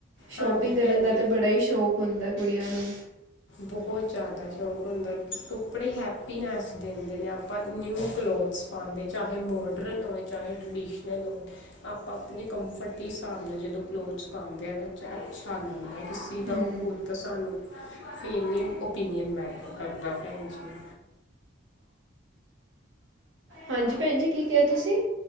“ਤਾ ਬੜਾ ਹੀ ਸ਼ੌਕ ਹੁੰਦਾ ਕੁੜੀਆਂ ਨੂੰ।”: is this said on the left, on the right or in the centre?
Right